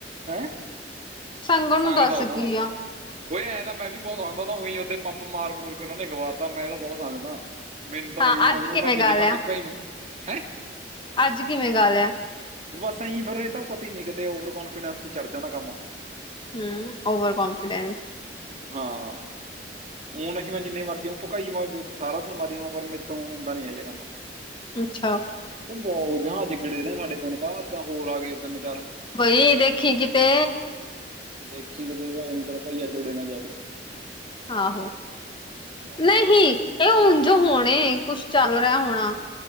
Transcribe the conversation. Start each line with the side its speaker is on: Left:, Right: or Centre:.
Right: ਮੈਂ
Left: ਸੰਗਣ ਨੂੰ
Right: ਸੰਗਦਾ
Left: ਦੱਸ
Right: ਉਹ ਤਾਂ।
Left: ਕੀ ਆ
Right: ਉ ਐਂ ਤਾਂ ਮੈਂ ਵੀ ਬਹੁਤ ਉਹੀ ਓਦੇ ਪੰਪ ਮਾਰ ਮੂਰ ਕੇ ਉਹਨਾ ਨੇ ਗਵਾਤਾ ਮੈਂ ਤਾਂ ਬਹੁਤ ਸੰਗ ਦਾ। ਮੈਨੂੰ ਤਾਂ
Left: ਹਾਂ
Right: ਊਈ
Left: ਅੱਜ ਕਿਵੇਂ
Right: ਮੈਂ ਜਿੰਨੀ
Left: ਗਾ ਲਿਆ
Right: ਮਰਜ਼ੀ ਪਕਾਈ ਮਾਰਾ ਹੈ।
Left: ਅੱਜ ਕਿਵੇਂ ਗਾ ਲਿਆ?
Right: ਬਸ ਐਈ ਫੇਰ ਇਹ ਤਾਂ ਪਤਾ ਹੀ ਨੀ ਕਿਤੇ ਓਵਰ ਕਨਫੀਡੈਂਸ ਚੜ ਜਾਂਦਾ ਕੰਮ।
Left: ਹੂੰ ਔਵਰ ਕੌਨਫਿਡੈਨਸ
Right: ਹਾਂ। ਹੁਣ ਨਹੀਂ ਮੈਂ ਜਿੰਨੀ ਮਰਜੀ ਭਕਾਈ ਵਾ ਸਾਰਾ ਦਿਨ ਮਾਰੀ ਜਾਵਾ ਪਰ ਮੇਰੇ ਤੋਂ ਹੁੰਦਾ ਨੀ ਇਹ ਜਿਹਾ ਕੰਮ।
Left: ਅੱਛਾ।
Right: ਉਹ ਬਹੁਤ ਜਹਾਜ਼ ਗੇੜੇ ਦੇ ਰਹੇ ਸਾਡੇ ਪਿੰਡ ਤਾਂ ਹੋਰ ਆ ਗਏ ਤਿੰਨ ਚਾਰ
Left: ਬਈ ਦੇਖੀ ਕਿਤੇ
Right: ਦੇਖੀ ਕਿਤੇ ਭੈਣ ਚੋ ਤੇਰਾ ਭਾਈ ਅੱਜ ਉੜੇ ਨਾ ਜਾਵੇ।
Left: ਆਹੋ
Right: ਹਾਂ
Left: ਨਹੀਂ, ਇਹ ਉਂਜ ਹੋਣੇ ਕੁਛ ਚੱਲ ਰਿਹਾ ਹੋਣਾ।